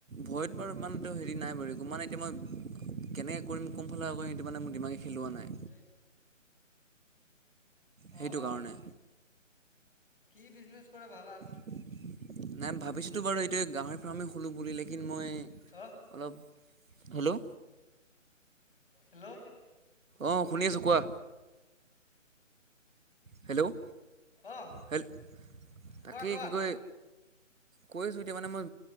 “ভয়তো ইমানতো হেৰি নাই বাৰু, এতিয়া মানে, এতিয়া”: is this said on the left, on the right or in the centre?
Right